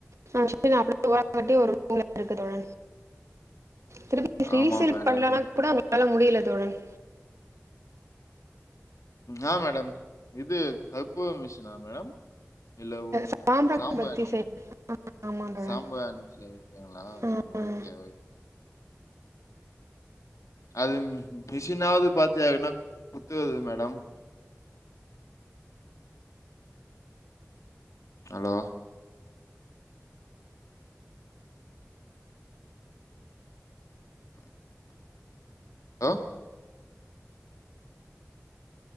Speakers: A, on the right; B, on the left.
A: ஃபங்ஷசன் அப்டி ஒரம்கட்டி ஒரு ரூம்ல கடக்கு தோழன் திருப்பி ரீ
B: ஆமா
A: செல்
B: மேடம்
A: பண்ணலனா கூட அவுங்களால முடியில தோழன்
B: ஆ மேடம் இது அறுப்பு மிஷினா மேடம் இல்ல
A: சாம்பிராணி
B: சாம்பு
A: பத்தி
B: ஆனியனு
A: செய்யணும் ஆமா தோழன்
B: சாம்பார் நென்ச்சி <unintelligible>
A: ஆ, ஆ.
B: ஓகே ஓக் அது மிஷினாவது பாத்தியாதுனா குத்துவது madam hello hello